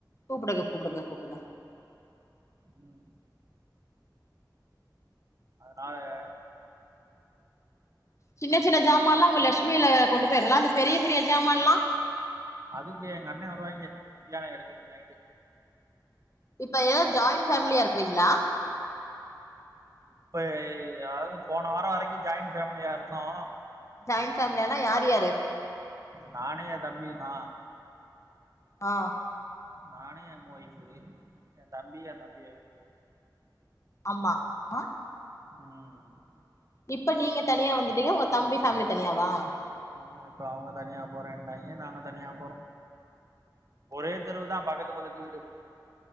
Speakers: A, on the left; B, on the right.
A: கூப்புடுங்க கூப்புடுங்க கூப்புடுங்க
B: ம் அதனால
A: சின்ன சின்ன ஜாமால்லா உங்க லெஷ்மியில கொண்டு போயிடலாம் அந்த பெரிய பெரிய ஜாமான் எல்லா
B: அதுக்கு எங்க அண்ண வருவாய்ங்க குட்டி யானை எடுத்துக்கிட்டு நைட்டு
A: இப்ப ஏ ஜாயிண்ட் ஃபேமிலியா இருக்றீங்களா
B: இப்ப அதாவது போன வாரம் வரைக்கும் ஜாயின் ஃபேமிலியா இருந்தோ
A: ஜாயின் ஃபேமிலியானா யார் யாரு
B: நானும் என் தம்பியு தான்
A: ஆ
B: நானு எங்க வைஃப்பு என் தம்பி என் தம்பி வைஃப்பு
A: ஆமா ஆ
B: ம்
A: இப்ப நீங்க தனியா வந்துட்டீங்க உங்க தம்பி ஃபேமிலி தனியாவா
B: ஆமா இப்ப அவுங்க தனியா போறேண்டாங்க நாங்க தனியா போறோம் ஒரே தெருவுதா பக்கத்து பக்கத்து வீடு